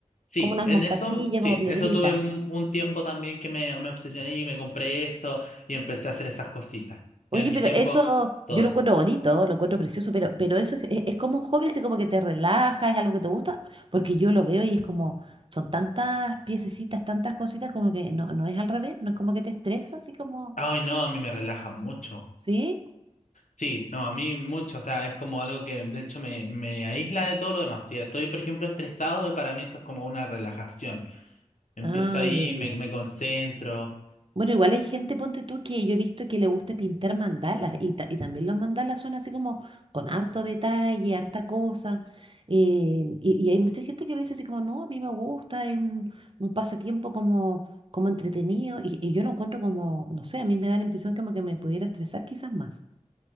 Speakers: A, on the left; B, on the right.
A: Sí,
B: Como unas
A: en
B: mostacillas,
A: eso, sí,
B: como piedritas.
A: eso tuve un un tiempo también que me, me obsesioné y me compré eso y empecé a hacer esas cositas.
B: Oye,
A: En
B: pero
A: mi tiempo,
B: eso
A: todo
B: yo lo
A: eso.
B: encuentro bonito, lo encuentro precioso, pero, pero eso es, es- es como un hobby, así como que te relaja, es algo que te gusta, porque yo lo veo y es como, son tantas piececitas, tantas cositas, como que no, no es al revés, no es como que te estresa, así como,
A: Ay, no, a mí me relaja mucho.
B: ¿sí?
A: Sí, no, a mí mucho, o sea, es como algo que de hecho me, me aísla de todo lo demás. Si estoy, por ejemplo, estresado, para mí eso es como una relajación. Empiezo
B: Ah,
A: ahí,
B: ya, ya,
A: me,
B: ya.
A: me concentro.
B: Bueno, igual hay gente, ponte tú, que yo he visto que le gusta pintar mandalas y, ta- y también los mandalas son así como con harto detalle, harta cosa. eh, y, y hay mucha gente que me dice así como, no, a mí me gusta, es un, un pasatiempo como, como entretenido y, y yo lo encuentro como, no sé, a mí me da la impresión como que me pudiera estresar quizás más.